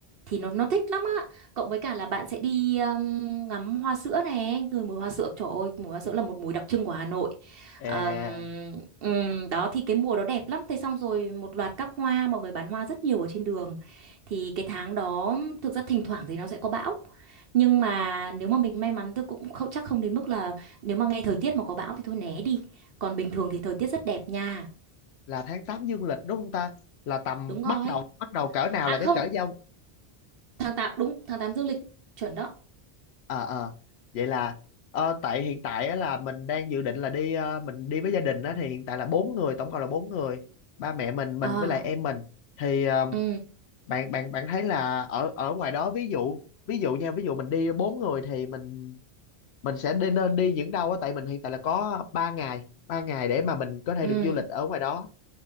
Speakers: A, on the right (about 65°); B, on the left (about 80°).
A: thì nó nó thích lắm á cộng với cả là bạn sẽ đi um, ngắm hoa sữa này người mùi hoa sữa trời ơi mùi hoa sữa là một mùi đặc trưng của Hà Nội
B: à,
A: Ờm, ừm, đó thì cái mùa đó đẹp lắm thế xong rồi một loạt các hoa mọi người bán hoa rất nhiều ở trên đường thì cái tháng đó thực ra thỉnh thoảng thì nó sẽ có bão nhưng mà nếu mà mình may mắn tôi cũng không chắc không đến mức là nếu mà nghe thời tiết mà có bão thì thôi né đi còn bình thường thì thời tiết rất đẹp nha
B: là tháng tám dương lịch đúng không ta? Là tầm
A: đúng
B: bắt
A: rồi
B: đầu bắt đầu cỡ nào
A: à
B: là
A: không
B: cái cỡ giao
A: tháng 8 đúng tháng 8 dương lịch chuẩn đó
B: ờ ờ vậy là ờ, tại hiện tại á, là mình đang dự định là đi ờ, mình đi với gia đình á thì hiện tại là bốn người tổng cộng là bốn người ba mẹ mình mình
A: ờ
B: với lại em mình thì ờ,
A: ừ
B: bạn bạn bạn thấy là ở ở ngoài đó ví dụ ví dụ nha ví dụ mình đi bốn người thì mình mình sẽ đi nên đi những đâu á tại mình hiện tại là có ba ngày ba ngày để mà mình có thể
A: Ừ,
B: được du lịch ở ngoài đó